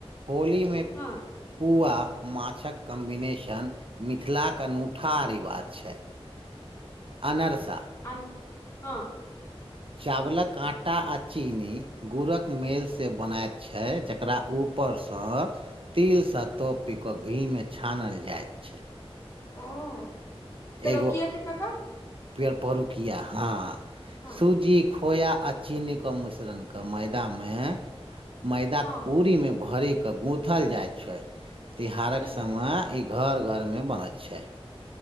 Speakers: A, on the right; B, on the left.
A: होली मे
B: हँ
A: पूआ माछक कम्बिनेशन मिथिलाक अनूठा रिवाज छै अनरसा
B: आ हँ
A: चावलक आटा आ चीनी गुड़क मेलसँ बनैत छै जकरा परसँ तिल सँ तोपी कऽ घी मे छानल जायत छै
B: हँ आ पेरकिया
A: एगो
B: केँ कक्का
A: पेड़ परूकिया हँ
B: हँ,
A: सूजी खोया आ चीनी कऽ मिश्रण कऽ मैदा मे मैदा
B: हँ,
A: के पूरी में भरे के गूंथल जाय छै तिहारक
B: हुँ,
A: समय ई घर घरमे बनैत छै